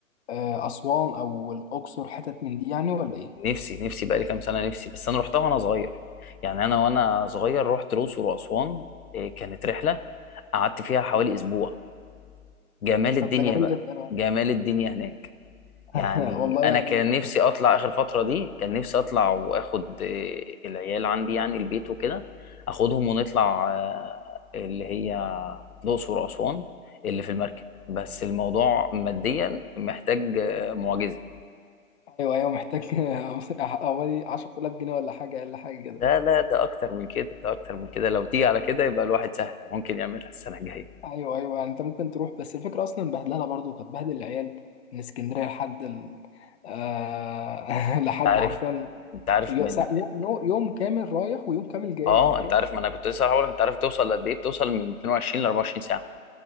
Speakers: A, on the left; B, on the left.
A: آه، اسوان او الاقصر حتت من دي يعني ولا ايه
B: نفسي نفسي بقالي كام سنة نفسي بس أنا روحتها وأنا صغير يعني أنا وأنا صغير رحت الأقصر وأسوان إيه، كانت رحلة قعدت فيها حوالي أسبوع جمال الدنيا
A: طب ده جميل
B: بقى
A: جدا يعني.
B: جمال الدنيا هناك
A: <laughs>
B: يعني
A: والله
B: أنا
A: يعني
B: كان نفسي أطلع آخر فترة دي كان نفسي أطلع وآخد إيه، العيال عندي يعني البيت وكده أخدهم ونطلع آه، اللي هي الأقصر وأسوان اللي في المركب بس الموضوع ماديا محتاج آه، معجزة
A: ايوه ايوه محتاج <laughs> حوالي 10000 جنيه ولا حاجه اقل حاجه كده
B: لا لا ده اكتر من كده ده اكتر من كده لو تيجي على كده يبقى الواحد سهل ممكن يعملها السنه الجايه
A: ايوه ايوه يعني انت ممكن تروح بس الفكره اصلا بهدلها برضو كانت بهدل العيال من اسكندريه لحد ال... آه... <laughs> لحد
B: انت عارف
A: حرفيا
B: انت عارف
A: يو-
B: من
A: سا- يوم نو- يوم كامل رايح ويوم كامل جاي
B: اه
A: تخيل
B: انت عارف ما انا كنت لسه هقول انت عارف توصل لقد ايه بتوصل من 22 ل 24 ساعه